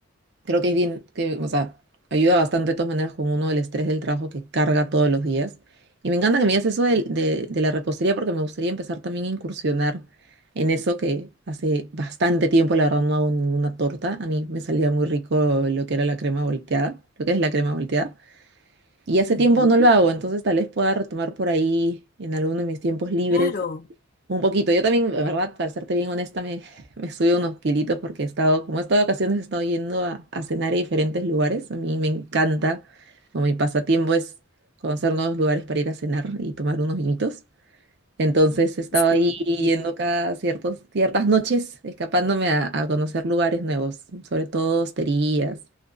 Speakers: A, on the right (about 55°); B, on the left (about 45°).
A: Creo que es bien, que, o sea, ayuda bastante de todas maneras con uno el estrés del trabajo que carga todos los días. Y me encanta que me digas eso del- de, de la repostería porque me gustaría empezar también a incursionar en eso que hace bastante tiempo, la verdad, no hago ninguna torta. A mí me salía muy rico lo que era la crema volteada, lo que es la crema volteada. Y hace
B: Ujú.
A: tiempo no lo hago, entonces tal vez pueda retomar por ahí en alguno de mis tiempos libres
B: Claro,
A: un poquito. Yo también, la verdad, para serte bien honesta, me, <laughs> me subí unos kilitos porque he estado, como he estado de vacaciones, he estado yendo a, a cenar a diferentes lugares. A mí me encanta, como mi pasatiempo es conocer nuevos lugares para ir a cenar y tomar unos vinitos. Entonces he estado
B: sí,
A: ahí yendo
B: sí.
A: cada ciertos, ciertas noches, escapándome a, a conocer lugares nuevos, sobre todo hosterías